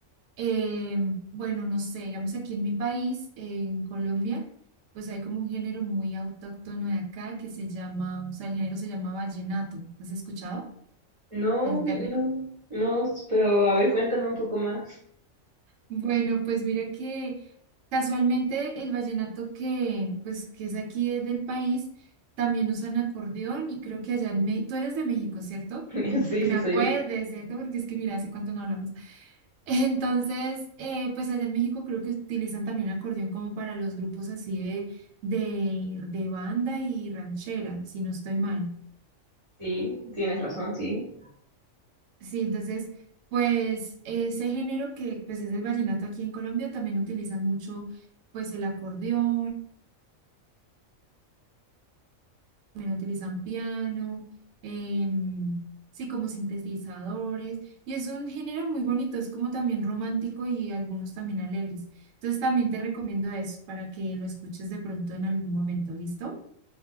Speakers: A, on the right; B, on the right.
A: Eh, bueno, no sé, digamos aquí en mi país, en Colombia. Pues hay como un género muy autóctono de acá que se llama, o sea, el género se llama vallenato. ¿Has escuchado
B: No,
A: el
B: vi-
A: término?
B: no, no, pero a ver, cuéntame un poco más.
A: Bueno, pues mira que casualmente el vallenato que, pues, que es aquí es del país, también usan acordeón y creo que allá en México, tú eres de México, ¿cierto?
B: <laughs> Sí,
A: Que
B: sí,
A: me acuerdes,
B: soy. yo.
A: ¿cierto? Porque es que mira, hace cuánto no hablamos. <laughs> Entonces, eh, pues allá en México creo que utilizan también acordeón como para los grupos así de, de, de banda y ranchera, si no estoy mal.
B: Sí, tienes razón, sí.
A: Sí, entonces, pues ese género que pues es el vallenato aquí en Colombia también utilizan mucho pues el acordeón, también utilizan piano, em, sí, como sintetizadores, y es un género muy bonito, es como también romántico y algunos también alegres. Entonces también te recomiendo eso para que lo escuches de pronto en algún momento, ¿listo?